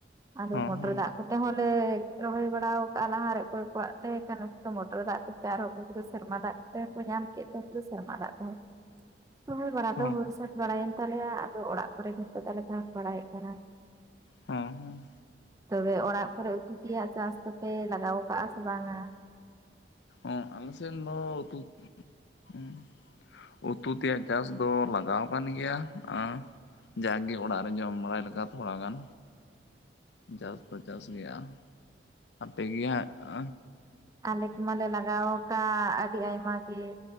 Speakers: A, on the right; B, on the left.
A: ᱟᱫᱚ
B: ᱦᱚᱸ
A: ᱢᱚᱴᱚᱨ
B: ᱦᱚᱸ
A: ᱫᱟᱜ ᱠᱚ ᱛᱮᱦᱚᱞᱮ ᱨᱚᱦᱚᱭ ᱵᱟᱲᱟ ᱠᱟᱜ-ᱟ ᱞᱟᱦᱟᱨᱮ ᱚᱠᱚ ᱠᱚᱣᱟᱜ ᱛᱮ ᱩᱱᱠᱩ ᱫᱚ ᱢᱚᱴᱚᱨ ᱫᱟᱜ ᱠᱚ ᱛᱮᱭᱟᱨᱦᱟᱜ-ᱟ ᱩᱱᱠᱩ ᱫᱚ ᱥᱮᱨᱢᱟ ᱫᱟᱜ ᱛᱮᱦᱚᱸ ᱠᱚ ᱧᱟᱢ ᱠᱮᱫ ᱛᱮ ᱫᱚ ᱥᱮᱨᱢᱟ ᱫᱟᱜ ᱛᱮᱦᱚᱸ ᱥᱚᱭ ᱵᱟᱲᱟ
B: ᱦᱚᱸ
A: ᱫᱚ ᱦᱩᱭ ᱥᱟᱹᱛ ᱵᱟᱲᱟᱭᱮᱱ ᱛᱟᱞᱮᱭᱟ ᱟᱫᱚ ᱚᱲᱟᱜ ᱠᱚᱨᱮᱜᱮ ᱱᱤᱛᱚᱜ ᱞᱮ ᱵᱟᱲᱟᱭᱮᱫ ᱠᱟᱱᱟ
B: ᱦᱮᱸ ᱦᱮᱸ
A: ᱛᱚᱵᱮ ᱚᱲᱟᱜ ᱠᱚᱨᱮᱜ ᱩᱛᱩ ᱛᱮᱭᱟᱜ ᱪᱟᱥ ᱫᱚᱯᱮ ᱞᱟᱜᱟᱣ ᱠᱟᱜ-ᱟ ᱥᱮ ᱵᱟᱝ ᱟ?
B: ᱚᱸ ᱟᱞᱮ ᱥᱮᱱ ᱫᱚ ᱩᱛᱩ ᱩᱸ ᱩᱛᱩ ᱛᱮᱭᱟᱜ ᱪᱟᱥ ᱫᱚ ᱞᱟᱜᱟᱣ ᱠᱟᱱ ᱜᱮᱭᱟ ᱟ, ᱡᱟᱜᱮ ᱚᱲᱟᱜ ᱨᱮ ᱡᱚᱢ ᱵᱟᱲᱟᱭ ᱞᱮᱠᱟ ᱛᱷᱚᱲᱟ ᱜᱟᱱ᱾ ᱪᱟᱥ ᱫᱚ ᱪᱟᱥ ᱜᱮᱭᱟ, ᱟᱯᱮ ᱜᱮ ᱦᱟᱸᱜ ᱼᱟ?
A: ᱟᱞᱮ ᱠᱚᱢᱟᱞᱮ ᱞᱟᱜᱟᱣ ᱠᱟᱜ ᱟᱹᱰᱤ ᱟᱭᱢᱟ ᱜᱮ᱾